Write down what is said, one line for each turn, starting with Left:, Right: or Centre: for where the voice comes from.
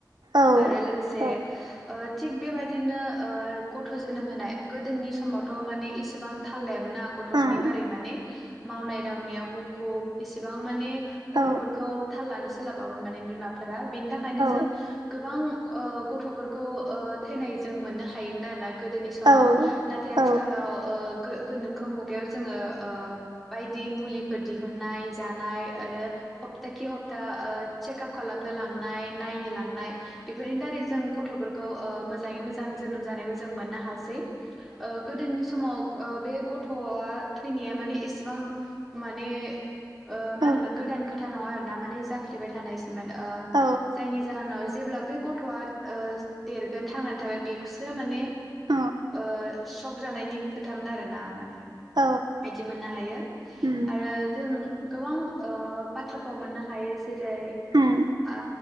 Right: औ
Centre: आरो लोगोसे
Right: औ
Centre: ओ थिग बेबादि दिनो ओ गथ' जोनोम होनाय गोदोनि समावथ' माने इसेबां थाल लायामोन ना गथ'नि
Right: ओं
Centre: बारै माने मावनाय दांनायाव मु खुब इसेबां माने गथ'फोरखौ
Right: औ
Centre: थाल लानो सोलाबामोन माने बिमाफोरा बिनि थाखायनो जों
Right: औ
Centre: गोबां ओ गथ'फोर खौ ओ थैनाय जों मोननो हायोमोन आरोना गोदोनि समाव
Right: औ
Centre: नाथाय आथिखालाव
Right: औ
Centre: ओ गो गोनोखो मुगायाव जोङो ओ बायदि मुलिफोर दिहुनन्नाय जानाय आरो हप्तााखि हप्ता ओ चेकआप खालामनो लांनाय नायनो लांनाय बेफोर थारै जों गथ'फोरखौ ओ मोजाङै मो जां जोनोम जानायखौ जों मोननो हासै। ओ गोदोनि समाव ओ बे गथ'आ थैनाया माने एसेबां माने ओ माहोनोमोन
Right: औ
Centre: गोदान खोथा नङा आरो ना माने जाफ्लेबाय थानायसोमोन ओ
Right: औ
Centre: जायनि जाहोनाव जेब्ला बे गथ'आ ओ देरगोन थांनानै थागोन बेखौसो माने
Right: औ
Centre: ओ सक जानायनि खोथामोन आरोना माने।
Right: औ
Centre: बिदि मोननो हायो
Right: उम
Centre: आरो जों गोबां ओ बाथ्राफाव मोननो हायो जेरै
Right: उम
Centre: आ